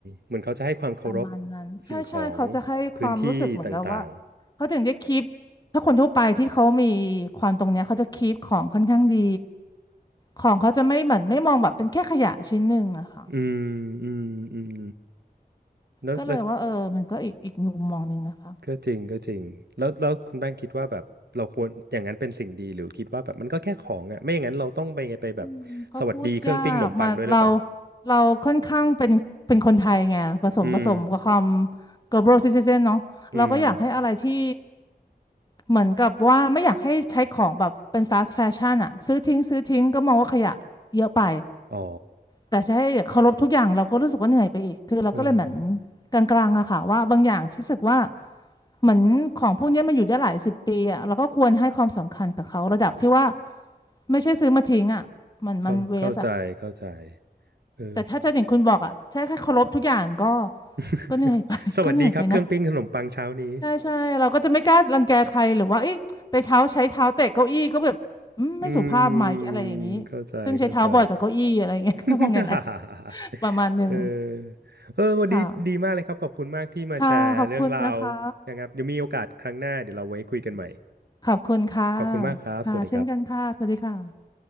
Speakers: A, on the right; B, on the left.
A: เหมือนเขาจะให้ความเคารพ
B: ประมาณนั้นใช่ใช่เขาจะให้ความรู้สึกเหมือนกับว่า
A: สิ่งของพื้นที่ต่าง
B: เขาถึงจะคีปถ้าคนทั่วไปที่เขามีความตรงเนี้ยเขาจะคีปของค่อนข้างดีของเขาจะไม่เหมือนไม่มองแบบเป็นแค่ขยะชิ้นหนึ่งอะค่ะ
A: ๆอืมอืมอืมแล้วแล้ว
B: ก็เลยว่าเออมันก็อีกอีกมุมมองหนึ่งนะคะ
A: ก็จริงก็จริงแล้วแล้วคุณแป้งคิดว่าแบบเราควรอย่างนั้นเป็นสิ่งดีหรือคิดว่าแบบมันก็แค่ของอ่ะไม่อย่างนั้นเราต้องไปไงไปแบบ
B: อืมก็พูดยากมาเรา
A: สวัสดีเครื่องปิ้งขนมปังด้วยหรือเปล่า
B: เราค่อนข้างเป็นเป็นคนไทยไงผสมผสมกับความ
A: <laughs> อืม
B: global citizen เนาะเราก็อยากให้อะไรที่
A: อืม
B: เหมือนกับว่าไม่อยากให้ใช้ของแบบเป็น fast fashion อะซื้อทิ้งซื้อทิ้งก็มองว่าขยะเยอะไป
A: อ๋อ
B: แต่จะใช้เคารพทุกอย่างเราก็รู้สึกว่าเหนื่อยไปอีก คือเราก็เลยเหมือน
A: เออ
B: กลางๆอะค่ะว่าบางอย่างที่รู้สึกว่าเหมือนของพวกเนี้ยมาอยู่ได้หลายสิบปีอะเราก็ควรให้ความสำคัญกับเขาระดับที่ว่าไม่ใช่ซื้อมาทิ้งอะมันมันเวสอะ
A: เข้าเข้าใจเข้าใจเออ
B: แต่ถ้าจะอย่างคุณบอกอะใช่แค่เคารพทุกอย่างก็
A: <laughs>
B: ก็เหนื่อยไป <laughs>
A: สวัสดีครับเครื่องปิ้งขนมปังเช้านี้
B: ก็เหนื่อยไปนะใช่ใช่เราก็จะไม่กล้ารังแกใครหรือว่าเอ้ยไปเท้าใช้เท้าเตะเก้าอี้ก็แบบอืมไม่สุภาพไหมอะไรอย่างนี้
A: <laughs> อืมเข้าใจเข้าใจ
B: ซึ่งใช้เท้าบ่อยกับเก้าอี้อะไรเงี้ย <laughs> ก็มองอย่างนั้น
A: <laughs>
B: ประมาณหนึ่ง
A: เออเออวันนี้ดีมากเลยครับขอบคุณมากที่มาแชร์เรื่องราว
B: ค่ะ ค่ะขอบคุณนะคะ
A: นะครับเดี๋ยวมีโอกาสครั้งหน้าเดี๋ยวเราไว้คุยกันใหม่
B: ขอบคุณค่ะ
A: ขอบคุณมากครับสวัสดีครับ
B: ค่ะเช่นกันค่ะสวัสดีค่ะ